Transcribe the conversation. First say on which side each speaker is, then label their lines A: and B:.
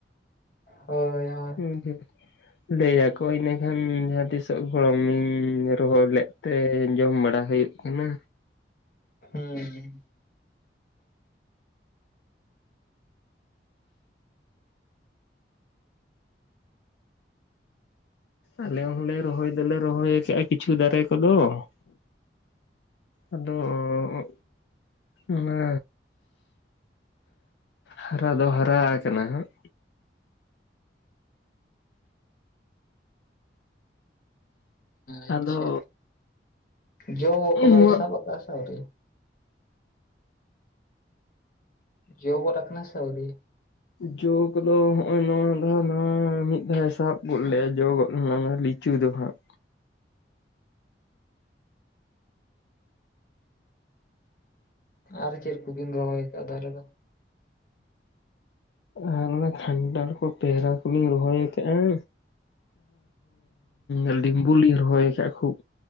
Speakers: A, on the left; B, on the left.
A: ᱦᱳᱭ ᱦᱚ
B: <inaudible> ᱞᱟᱹᱭ ᱟᱠᱚ ᱤᱱᱟᱹ ᱠᱷᱟᱱ ᱡᱟᱦᱟᱸ ᱛᱤᱥᱚᱜ ᱜᱚᱲᱚᱢᱤᱧ ᱨᱚᱦᱚᱭ ᱞᱮᱫ ᱛᱮ ᱡᱚᱢ ᱵᱟᱲᱟ ᱦᱩᱭᱩᱜ ᱮᱢᱟ
A: ᱦᱩᱸᱢ ᱾
B: ᱟᱞᱮ ᱦᱚᱸᱞᱮ ᱨᱚᱦᱚᱭ ᱫᱚᱞᱮ ᱨᱚᱦᱚᱭ ᱠᱟᱜᱼᱟ ᱠᱤᱪᱷᱩ ᱫᱟᱨᱮ ᱠᱚᱫᱚ ᱾ ᱟᱫᱚ ᱚᱻ ᱚᱱᱟ ᱦᱟᱨᱟ ᱫᱚ ᱦᱟᱨᱟ ᱠᱟᱱᱟ ᱦᱟᱸᱜ ᱟᱫᱚ
A: ᱟᱪᱪᱷᱟ ᱡᱚ ᱠᱚᱫᱚ
B: ᱱᱚᱣᱟ
A: ᱥᱟᱵ ᱟᱠᱟᱫ ᱟ ᱥᱮ ᱟᱹᱣᱨᱤ ᱡᱚ ᱜᱚᱫ ᱟᱠᱟᱱᱟ ᱥᱮ ᱟᱹᱭᱨᱤ
B: ᱡᱚ ᱠᱚᱫᱚ ᱦᱚᱜᱼᱚᱭ ᱱᱚᱣᱟ ᱫᱷᱟᱣ ᱢᱤᱫ ᱫᱷᱟᱣ ᱥᱟᱵ ᱜᱚᱫ ᱞᱮᱭᱟ ᱡᱚ ᱜᱚᱫ ᱞᱮᱱᱟ ᱞᱤ ᱪᱩ ᱫᱚᱦᱟᱜ
A: ᱟᱨ ᱪᱮᱫ ᱠᱩᱵᱤᱱ ᱨᱚᱦᱚᱭ ᱠᱟᱜᱼᱟ ᱫᱟᱨᱮ ᱫᱚ
B: ᱟᱨ ᱚᱱᱟ ᱠᱷᱟᱱᱴᱷᱟᱲ ᱠᱚ ᱯᱮᱦᱨᱟ ᱠᱚᱞᱤᱧ ᱨᱚᱦᱚᱭ ᱟᱠᱟᱫᱼᱟ ᱟᱨ ᱞᱤᱢᱵᱩᱞ ᱞᱤᱧ ᱨᱚᱦᱚᱭ ᱟᱠᱟᱫ ᱠᱷᱩᱵ